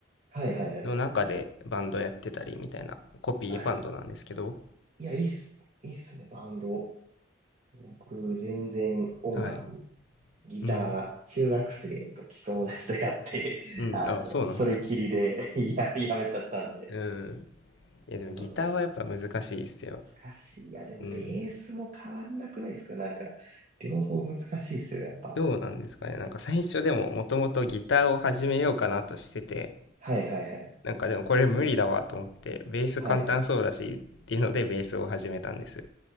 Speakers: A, on the right; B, on the left.
A: はいはいはい。
B: の中でバンドやってたりみたいな、コピーバンドなんですけど、
A: はい。いや、いいっす。いいっすね、バンド。僕、全然音楽
B: はい。
A: ギター、
B: うん。
A: 中学生の時友達とやって、<laughs>
B: うん。
A: あの、
B: あ、そうなんですか。
A: それきりで <laughs> や、やめちゃったんで。
B: うん。いや、でもギターはやっぱ難しいですよ。
A: えっとね、難しい。いや、でもベースも変わんなくないですかなんか、
B: うん。
A: 両方難しいですよ、やっぱ。
B: どうなんですかね。なんか最初でももともとギターを始めようかなとしてて、
A: はいはいはい。
B: なんかでもこれ無理だわと思って、ベース簡単そうだしっていうのでベースを始めたんです。
A: はいはい。